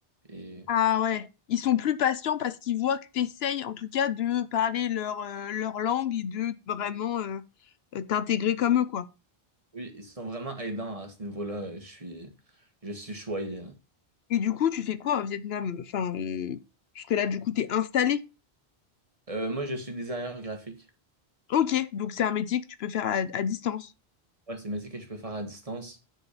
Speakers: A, on the right (about 35°); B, on the left (about 70°).
A: et
B: Ah ouais. Ils sont plus patients parce qu'ils voient que t'essayes en tout cas de parler leur, euh, leur langue et de vraiment euh, euh, t'intégrer comme eux, quoi.
A: oui, ils sont vraiment aidants à ce niveau-là. euh, Je suis, je suis choyé. hein.
B: Et du coup, tu fais quoi au Vietnam? Enfin, euh, parce que là, du coup, t'es installé.
A: Euh, moi, je suis designer graphique.
B: Ok, donc c'est un métier que tu peux faire à, à distance.
A: Ouais, c'est un métier que je peux faire à distance.